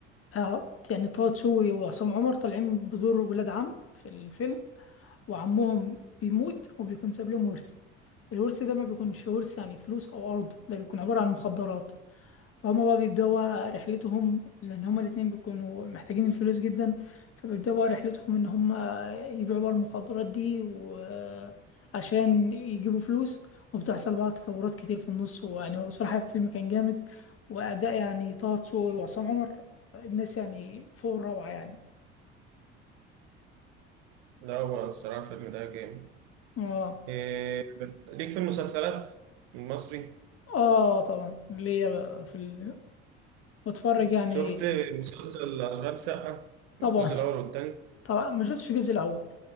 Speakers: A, on the left; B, on the right.
A: آه، يعني طه دسوقي وعصام عمر طالعين بدور ولاد عم في الفيلم وعمهم بيموت وبيكون ساب لهم ورث الورث ده ما بيكونش ورث يعني فلوس او ارض ده بيكون عبارة عن مخدرات فهم بقى بيبدأوا بقى رحلتهم لأن هما الاتنين بيكونوا محتاجين الفلوس جدا فبيبدأوا بقى رحلتهم إن هما يبيعوا بقى المخدرات دي وعشان يجيبوا فلوس وبتحصل بقى تطورات كتير في النص ويعني هو بصراحة الفيلم كان جامد وأداء يعني طه دسوقي وعصام عمر الناس يعني فوق الروعة يعني
B: لا هو الصراحة الفيلم ده جامد
A: اه
B: إيه، ليك في المسلسلات المصري
A: اه طبعا اللي هي بقى في ال... بتفرج يعني
B: شفت مسلسل أشغال شقة
A: طبعا
B: الجزء الأول والتاني
A: <laughs> طبعا ما شفتش الجزء الأول